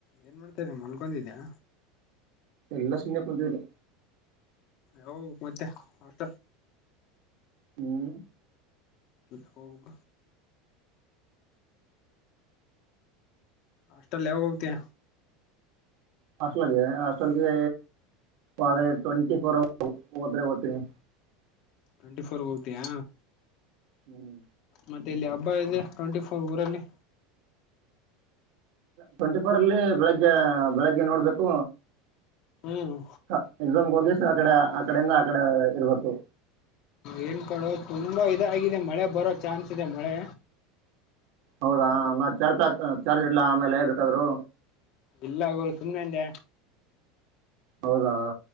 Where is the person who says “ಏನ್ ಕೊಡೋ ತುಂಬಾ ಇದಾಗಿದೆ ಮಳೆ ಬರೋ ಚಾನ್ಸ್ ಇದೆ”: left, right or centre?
Left